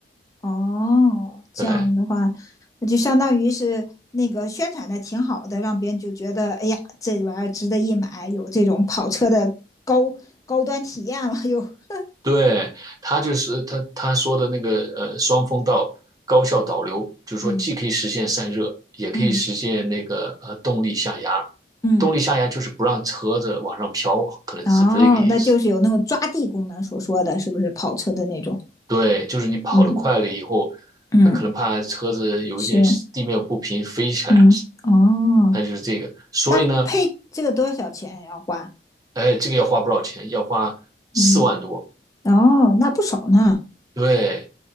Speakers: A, on the left; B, on the right.
A: 哦，这样的话，
B: 对，
A: 那就相当于是那个宣传的挺好的，让别人就觉得，哎呀，这玩意儿值得一买，有这种跑车的高高端体验了又。<laughs>
B: 对，他就是他他说的那个呃双风道高效导流，就是说既可以实现散热，
A: 嗯
B: 也可以实现那个呃动力下压。
A: 嗯嗯，
B: 动力下压就是不让车子往上飘，可能是这个意思。
A: 哦，那就是有那种抓地功能所说的，是不是跑车的那种？
B: 对，就是你跑得快了以后，
A: 嗯嗯，
B: 呃可能怕车子有一点地面不平飞起来嘛。
A: 是，嗯哦，
B: 它就是这个，所以呢，
A: 那配这个多少钱要花？
B: 哎，这个要花不少钱，要花四万多，
A: 嗯，哦，那不少呢。
B: 对，